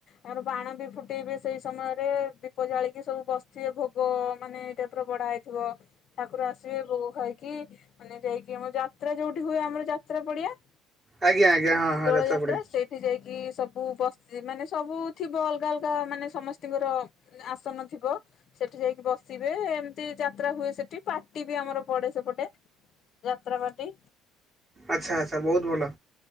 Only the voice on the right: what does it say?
ଆଜ୍ଞା ଆଜ୍ଞା ହଁ ହଁ
ପଡିଆ
ଆଚ୍ଛା ଆଚ୍ଛା ବହୁତ ଭଲ।